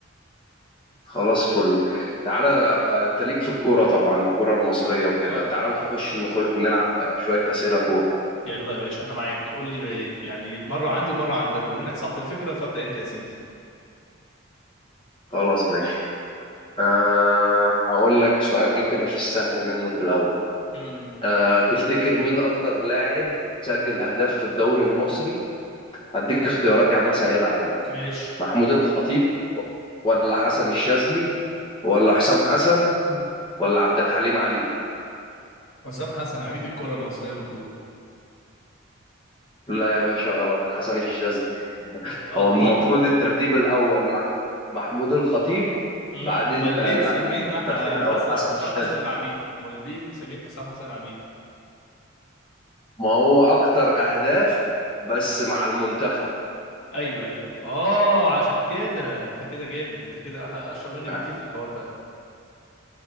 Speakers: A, on the left; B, on the left.
A: خلاص فل تعالى انت ليك في الكورة طبعا الكورة المصرية وكده
B: ما
A: تعالى نخش نخ... نلعب شوية أسئلة كورة
B: يلا يا باشا انا معاك قول لي بقى- يعني مره عندي ومره عندك ومنك صاحب الفكره فابدا انت يا سيدي
A: خلاص ماشي أه... هقول لك سؤال كده في السهل منه في الأول
B: امم
A: أه... تفتكر مين أكتر لاعب سجل أهداف في الدوري المصري هديك اختيارات يا عم سهلة عليك
B: ماشي
A: محمود الخطيب ولا حسن الشاذلي ولا حسام حسن ولا عبد الحليم علي
B: حسام حسن عميد الكره المصريه المفروض
A: لا يا باشا غلط حسن الشاذلي
B: الله
A: هو المفروض الترتيب الأول مح- محمود الخطيب
B: امم
A: بعدين
B: امال ليه
A: آه
B: مسمين
A: لا الترتيب الأول
B: حسن
A: حسن
B: حسام
A: الشاذلي
B: حسن العميد امال ليه مسمين حسام حسن العميد
A: ما هو أكتر أهداف بس مع المنتخب
B: ايوه ايوه اه عشان كده انت كده جامد انت كده أح- اشطر مني بكتير
A: آه.
B: في الحوار ده